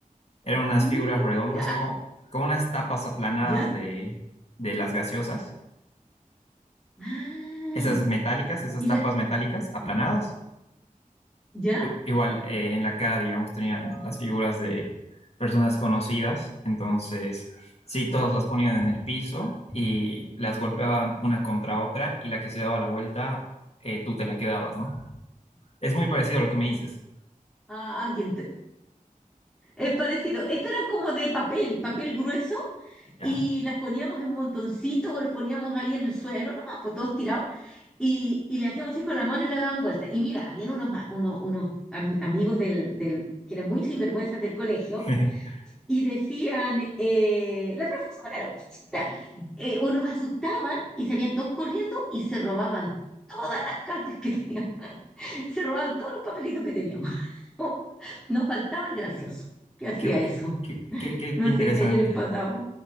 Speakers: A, on the left (about 45°); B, in the centre.
A: Eran unas
B: Mira,
A: figuras redondas
B: ac-
A: como, como unas tapas aplanadas
B: ¿ya?
A: de, de las gaseosas,
B: Ah,
A: esas metálicas, esas
B: y
A: tapas
B: la...
A: metálicas aplanadas.
B: ¿Ya?
A: I- Igual eh, en la cara, digamos, tenían las figuras de personas conocidas, entonces sí, todas las ponían en el piso y las golpeaban una contra otra y la que se daba la vuelta, eh, tú te la quedabas, ¿no? Es muy parecido a lo que me dices.
B: Ah, que ent- es parecido. Estos eran como de papel, papel grueso,
A: Ya.
B: y las poníamos en montoncitos o los poníamos ahí en el suelo, nomás, pues todos tirados Y, y le hacíamos así con la mano y la dábamos vuelta. Y mira, habían unos, a- uno- unos, am- amigos del, del, que eran muy sinvergüenzas del colegio
A: <laughs>
B: y decían, eh, la profesora, la profesora, eh, o nos asustaban y salían todos corriendo y se robaban todas las cartas que teníamos, <laughs> se robaban todos los papelitos que teníamos. <laughs> No, nos faltaba el gracioso que hacía
A: Qué,
B: eso.
A: qué- qué- qué-
B: No
A: qué interesante.
B: sé si a ella le pasaba.